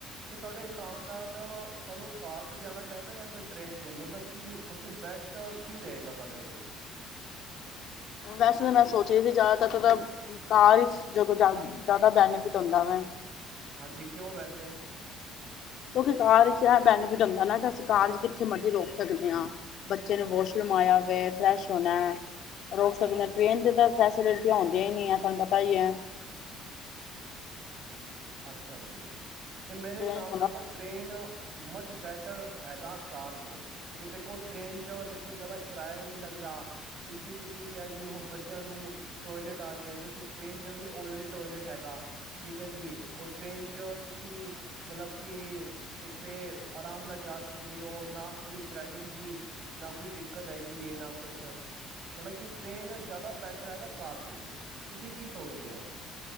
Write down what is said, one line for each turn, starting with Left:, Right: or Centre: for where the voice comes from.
Right: ਤੇ ਤੁਹਾਡੇ ਹਿਸਾਬ ਨਾਲ ਸਾਨੂੰ ਕਾਰ 'ਤੇ ਜਾਣਾ ਚਾਹੀਦਾ ਜਾਂ ਫਿਰ ਟ੍ਰੇਨ 'ਤੇ ਮਤਲਬ ਕਿ ਸਭ ਤੋਂ ਬੈਸਟ ਕੀ ਰਹੇਗਾ ਸਾਡੇ ਲਈ।
Left: ਵੈਸੇ ਤਾਂ ਮੈਂ ਸੋਚ ਰਹੀ ਸੀ ਜ਼ਿਆਦਾਤਰ ਤਾਂ ਕਾਰ ਹੀ ਜਦੋਂ ਜ਼ਿਆਦਾ ਬੈਨੀਫਿਟ ਹੁੰਦਾ ਵੇ।
Right: ਹਾਂਜੀ ਕਿਉਂ ਵੈਸੇ
Left: ਕਿਉਂਕਿ ਕਾਰ ਵਿੱਚ ਇਹ ਬੈਨੀਫਿਟ ਹੁੰਦਾ ਨਾ ਕਿ ਅਸੀਂ ਕਾਰ ਚ ਕਿੱਥੇ ਮਰਜ਼ੀ ਰੋਕ ਸਕਦੇ ਹਾਂ। ਬੱਚੇ ਨੂੰ ਵਾਸ਼ਰੂਮ ਆਇਆ ਹੋਵੇ, ਫਰੈਸ਼ ਹੋਣਾ ਰੋਕ ਸਕਦੇ ਆ। ਟ੍ਰੇਨ ਤੇ ਤਾਂ ਫੈਸਿਲਿਟੀਆਂ ਹੁੰਦੀਆਂ ਹੀ ਨਹੀਂ ਆ ਤੁਹਾਨੂੰ ਪਤਾ ਹੀ ਹੈ।
Right: ਅੱਛਾ ਜੀ। ਤੇ ਮੇਰੇ
Left: ਟ੍ਰੇਨ
Right: ਹਿਸਾਬ
Left: ਥੋੜਾ
Right: ਨਾਲ ਨਾ ਟ੍ਰੇਨ ਮਚ ਬੈਟਰ ਹੈਗਾ ਕਾਰ ਤੋਂ। ਕਿਉਕਿ ਦੇਖੋ ਟਰੇਨ ਚ ਦੇਖੋ ਜ਼ਿਆਦਾ ਕਿਰਾਇਆ ਵੀ ਨਹੀਂ ਲੱਗਦਾ, ਕਿ ਜਿ ਤੁਸੀਂ ਕਿਹਾ ਜਿਵੇਂ ਹੁਣ ਬੱਚਿਆਂ ਨੂੰ, ਟੋਇਲੇਟ ਆ ਜੇ ਟ੍ਰੇਨ ਚ ਵੀ ਆਲਰੇਡੀ ਟੋਇਲਟ ਹੈਗਾ ਠੀਕ ਹੈ ਜੀ। ਔਰ ਟ੍ਰੇਨ 'ਚ ਤੁਸੀਂ ਮਤਲਬ ਕਿ ਇੱਕ ਤੇ ਆਰਾਮ ਨਾਲ ਜਾ ਸਕਦੇ ਹੋ ਨਾ ਕਿਸ ਡਰਾਈਵਿੰਗ ਦੀ, ਨਾ ਕੋਈ ਦਿੱਕਤ ਹੈਗੀ ਹੈ, ਨਾ ਕੁਛ। ਮਤਲਬ ਕਿ ਟ੍ਰੇਨ ਜ਼ਿਆਦਾ ਬੈਟਰ ਹੈਗਾ ਕਾਰ ਤੋਂ। ਤੁਸੀਂ ਕੀ ਸੋਚਦੇ ਹੋ?